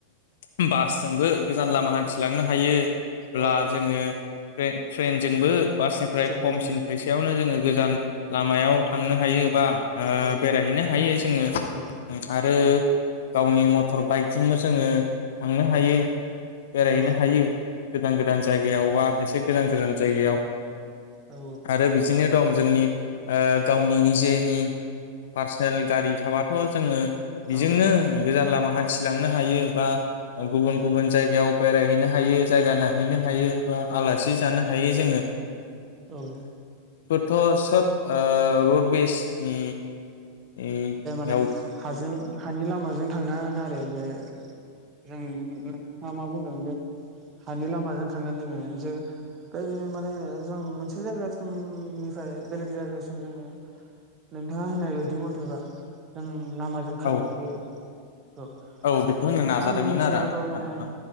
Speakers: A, on the left; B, on the right.
A: उम बासजोंबो गोजान लामा हान्थिलांनो हायो ब्ला
B: औ
A: जोङो थ्रे-थ्रेनजोंबो बासनिफ्राय
B: ट्रेनजोंबो
A: खमसिन फैसायावनो जोङो गोजान लामायाव थांनो हायो बा ओ
B: औ
A: बेरायहैनो हायो जोङो
B: औ
A: आरो गावनि मटर बाइकजोंबो जोङो थांनो हायो बेरायहैनो
B: औ
A: हायो गोदान गोदान जायगायाव बा एसे गोजान गोजान जायगायाव
B: औ
A: आरो बिदिनो दं जोंनि ओ गावनि निजेनि पार्सनेल गारि थाबाथ' जोङो बेजोंनो
B: औ
A: गोजान लामा हान्थिलां नो हायो बा गुबुन गुबुन जायगायाव बेरायहैनो हायो जायगा नायहैनो हायो आला सि जानो हायो जोङो
B: औ
A: थ' सब ओ रड वेसनि नि
B: ने हाजों हानि लामाजों थांना नारो बे जों नोंथाङा मा बुंदों बे हानि लामाजों थांगोन जोङो जे ओइयो माने जों मोनसे जायगासिमनिफ्राय बेलेग जायगासिम जोङो नोंथाङा होननाय बायदि मथेबा जों लामाजों
A: औ
B: खारगोन बे अ
A: औ बेखौ
B: ओमफायो
A: होननो नाजादोंमोन
B: आं मिथिनायावथ'
A: आरो आं नोंथां
B: माने